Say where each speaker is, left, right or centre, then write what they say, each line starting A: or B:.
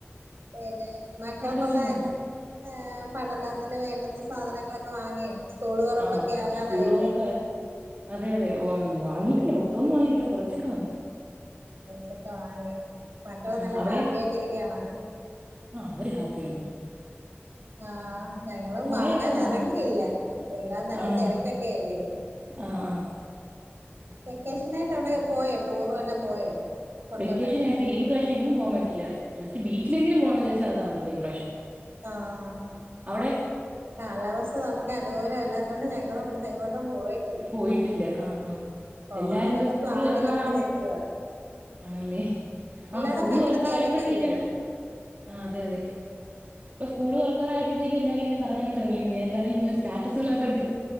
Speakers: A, on the right; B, on the right.
A: പിന്നെ മക്കൾക്കൊള്ളെ
B: അഡ്ജസ്റ്റൊന്നുല്ല
A: ഏഹ് പഠനത്തിന് വേണ്ടുന്ന സാധനങ്ങളൊക്കെ വാങ്ങ്യേ സ്കൂള് തോറപ്പൊക്കെ
B: ആഹ്
A: ആകാറായില്ലേ.
B: സ്കൂൾ തുറക്ക അതെ യതെ വ് വാങ്ങിട്ടില്ല മൊത്തൊന്നും വാങ്ങിട്ടില്ല കൊറച്ചൊക്കെ വാങ്ങി.
A: കൊർച്ചോക്കെ വാങ്ങി മക്കള്
B: ആഹ്
A: നല്ല
B: അവിടെയോ
A: ഹാപ്പിയായിട്ടിരിക്കാണോ?
B: ആഹ് അവര് ഹാപ്പിയാണ്.
A: ആഹ് ഞങ്ങള്
B: കൊറെയൊക്കെ
A: വാങ്ങാനെറങ്ങിയില്ല
B: വാങ്ങി
A: എല്ലാ നല്ല
B: ആണോ
A: തെരക്കൊക്കെയെല്ലേ
B: ആഹ് ആഹ്
A: വെക്കേഷനായിട്ട് എവടെക്കെ പോയോ ടൂറു വല്ലാം പോയോ? പൊറത്തോട്ടൊക്കെ
B: വെക്കേഷനായിട്ട് ഈ പ്രവശ്യെങ്ങും പോവാൻ പറ്റില്ല ജസ്റ്റ് ബീച്ചിലെങ്കിലും പോണോന്ന് വിചാര്ച്ച് അത് നടന്നില്ല ഈ പ്രാവശ്യം.
A: ആഹ്
B: അവിടെയോ
A: കാലാവസ്ഥ നമക്കനുകൂലം അല്ലാത്തോണ്ട് ഞങ്ങളും ഇവട്ന്നെങ്ങോട്ടും പോയി
B: പോയിട്ടില്ല ആഹ് ആഹ്
A: പോണോന്നുള്ള
B: എല്ലാരും ന്ത് സ്കൂള്
A: പ്ലാനിൽ
B: തോറക്കാറാവുമ്പഴ്
A: ഇങ്ങനെ നിക്കുവാ
B: ആണല്ലേ
A: എല്ലാടോം
B: ആഹ് സ്കൂൾ
A: ഭയങ്കര
B: തോറക്കാറായപ്പഴത്തേക്കാണ്
A: തെരക്കല്ലേ
B: ആഹ് അതെ യതെ ഇപ്പ സ്കൂള് തോറക്കാറായപ്പഴത്തേക്ക്‌ എല്ലാരുങ്ങന കറങ്ങാനായിട്ടെറങ്ങിക്ക്ണ് എല്ലാറുങ്ങന സ്റ്റാറ്റസുകളൊക്കെ കണ്ട്.